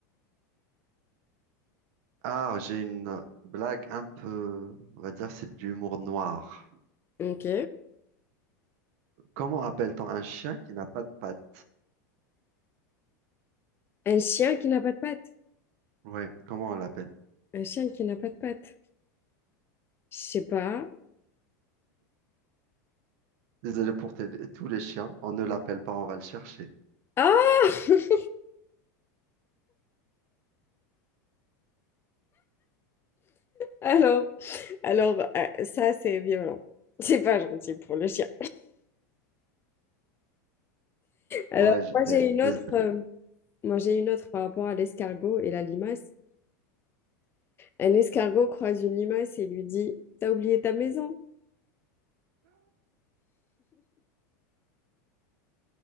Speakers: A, on the right (about 60°); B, on the left (about 25°).
A: Ah, j'ai une blague un peu, on va dire, c'est de l'humour noir.
B: Ok.
A: Comment appelle-t-on un chien qui n'a pas de pattes?
B: Un chien qui n'a pas de pattes.
A: Oui, comment on l'appelle?
B: Un chien qui n'a pas de pattes. Je sais pas.
A: Désolé pour tel- tous les chiens, on ne l'appelle pas, on va le chercher.
B: Ah! <laughs> Alors, alors euh, ça, c'est violent. C'est pas gentil pour le chien. Alors,
A: Ouais, j'étais
B: moi, j'ai une
A: désolé.
B: autre, euh, moi, j'ai une autre par rapport à l'escargot et la limace. Un escargot croise une limace et lui dit, T'as oublié ta maison?